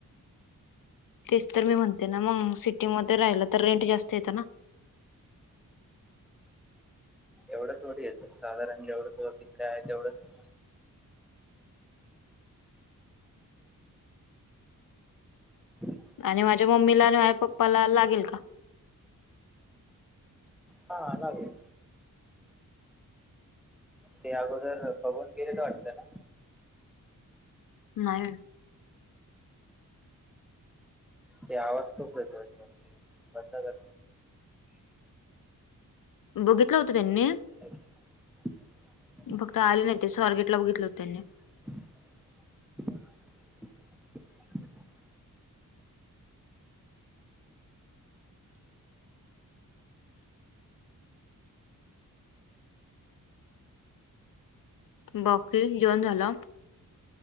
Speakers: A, on the left; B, in the centre.
A: तेच तर मी म्हणते ना मग सिटीमध्ये राहिलं तर रेंट जास्त येतं ना. <inaudible>
B: एवढं थोडी येतं साधारण जेवढं थ तिकडे आहे तेवढंच येत. <unintelligible>
A: आणि माझ्या मम्मीला राहाय आणि माझ्या पप्पाला लागेल का.
B: हा लागेल. ते अगोदर बघून गेलेत वाटतं ना.
A: नाय.
B: ते आवाज खूप येतोय मग ते बंद कर.
A: बघितलं होता त्यांनी.
B: कधी.
A: फक्त आले नाही ते स्वारगेटला बघितलं होत त्यांनी.
B: <inaudible>
A: बाकी जेवण झालं?